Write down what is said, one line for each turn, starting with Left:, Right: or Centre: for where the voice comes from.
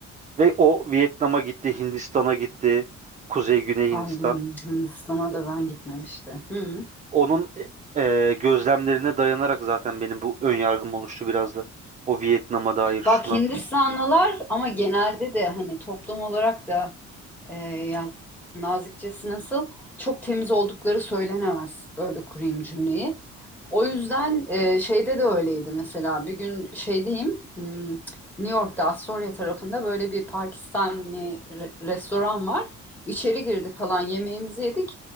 Right: Ve o Vietnam'a gitti, Hindistan'a gitti. Kuzey, Güney Hindistan.
Centre: Ay Hindistan'a
Right: O-
Centre: da ben gitmemişti. Hı.
Right: Onun e, gözlemlerine dayanarak zaten benim bu ön yargım oluştu biraz da. O Vietnam'a dair şuna.
Centre: Bak Hindistanlılar ama genelde de hani toplum olarak da Ee, yani nazikçesi nasıl? Çok temiz oldukları söylenemez. Öyle kurayım cümleyi. O yüzden e, şeyde de öyleydi mesela. Bir gün şeydeyim, hmm, New York'ta Astoria tarafında böyle bir Pakistanlı re- restoran var. İçeri girdik falan yemeğimizi yedik.